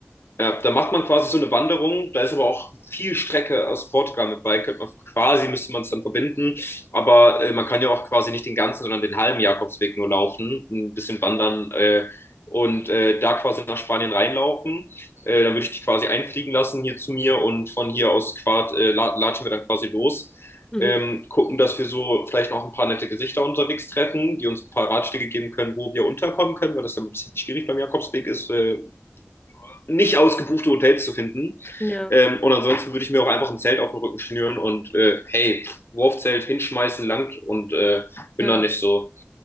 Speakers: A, on the left (about 70°); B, on the left (about 20°).
A: Ja, da macht man quasi so eine Wanderung. Da ist aber auch viel Strecke aus Portugal mit bei. Könnte man quasi, müsste man es dann verbinden. Aber äh, man kann ja auch quasi nicht den ganzen, sondern den halben Jakobsweg nur laufen, ein bisschen wandern äh, und äh, da quasi nach Spanien reinlaufen. Äh, dann würde ich dich quasi einfliegen lassen hier zu mir und von hier aus quad, äh, la- latschen wir dann quasi los.
B: Mhm.
A: Ähm, gucken, dass wir so vielleicht noch ein paar nette Gesichter unterwegs treffen, die uns ein paar Ratschläge geben können, wo wir unterkommen können, weil das ja ein bisschen schwierig beim Jakobsweg ist, äh, nicht ausgebuchte Hotels zu finden.
B: Ja,
A: Ähm, und ansonsten würde ich mir auch einfach ein Zelt auf den Rücken schnüren und äh, hey, Wurfzelt hinschmeißen langt und äh, bin
B: ja.
A: da nicht so.